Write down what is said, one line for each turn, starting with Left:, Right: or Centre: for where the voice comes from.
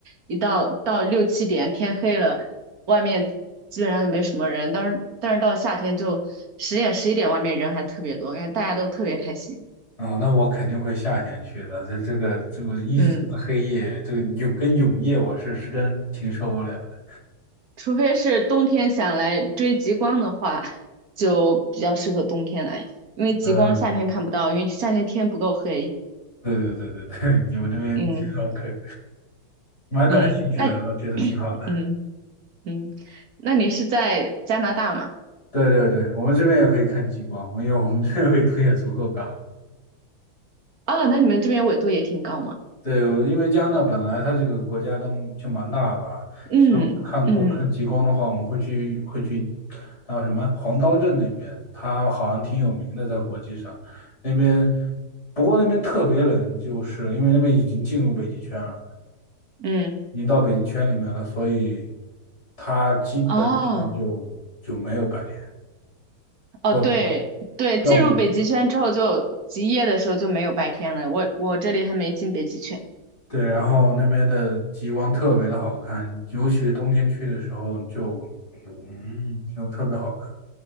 Right: 一到到六七点天黑了，外面基本上就没什么人。但是但是到夏天就十点十一点，外面人还特别多，因为大家都特别开心。
Left: 啊，那我肯定会夏天去的。这这个这个一直的黑夜，
Right: 嗯，
Left: 这个永跟永夜，我是实在挺受不了的。
Right: 除非是冬天想来追极光的话，就比较适合冬天来，因为极光夏天看不到，
Left: 嗯，
Right: 因为夏天天不够黑。
Left: 对对对对对，<laughs> 你们那边
Right: 嗯。
Left: <laughs> OK，蛮感兴趣的，
Right: 嗯，那
Left: 我觉得挺好的。
Right: <clears throat> 嗯嗯，那你是在加拿大吗？
Left: 对对对，我们这边也可以看极光，因为我们这边纬度也足够高。
Right: 哦，那你们这边纬度也挺高嘛？
Left: 对，我因为加拿大本来它这个国家都就蛮大吧，
Right: 嗯嗯
Left: 像我看过看极光的话，我们会去会去，还有什么黄刀镇那边，它好像挺有名的，在国际上那边，不过那边特别冷就是了，因为那边已经进入北极圈了，
Right: 嗯，
Left: 已经到北极圈里面了，所以它基本上就就没有白天，
Right: 哦
Left: 或者
Right: 哦，对对，
Left: 要么
Right: 进入北极圈之后就极夜的时候就没有白天了。我我这里还没进北极圈。
Left: 对，然后那边的极光特别的好看，尤其是冬天去的时候就，嗯，就特别好看。